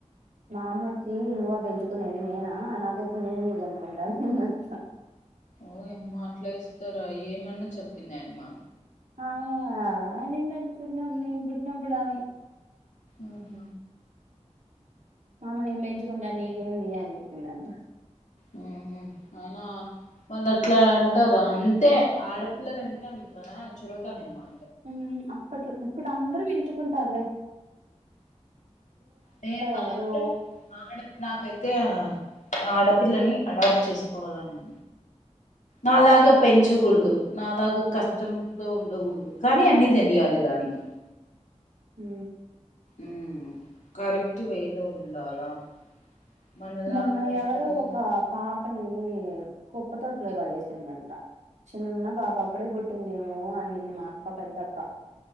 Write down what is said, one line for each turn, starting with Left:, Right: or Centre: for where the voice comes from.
Right: మాఅమ్మొచ్చి నువ్వా పెంచుకునేది నేనా నాకూతుర్ని నేనెందుకు చంపుకుంటా అనిందాంట
Left: ఓయమ్మ అట్లా ఏస్తారా ఏమన్నా చెప్పిందాయమ్మా
Right: ఆ నిందంట నేను పుట్నప్పుడామే
Left: ఆహ
Right: పాప నేన్ పెంచుకుంట నీకేన్ది అని జెప్పిందంట
Left: ఉ అయినా వాళ్ళట్లా అంటారా అంటే ఆడపిల్లలు ఏంట అంత కదా చులకనే వా
Right: ఉ అప్పట్ ఇప్పుడు అందరూ వుంచుకుంటారు వె
Left: నేను మాత్రం
Right: ఎవరో
Left: ఆడు నాకతే ఆడపిల్లని అడాప్ట్ చేసుకోవాలను నాలాగా పెంచకూడదు నాలాగా కష్టంతో ఉండకూడదు కానీ అన్ని తెలియాలి దానికి
Right: ఉ
Left: ఉ కరెక్ట్ వేలో ఉండాలా మనలాగా
Right: మొన్న
Left: కష్టపడ
Right: ఎవరు ఒక పాపని కుప్ప తొట్లో పడేసిండంట చిన్న పాప అప్పుడే పుట్టిందేమో అన్నింది మా అక్క పెద్దక్క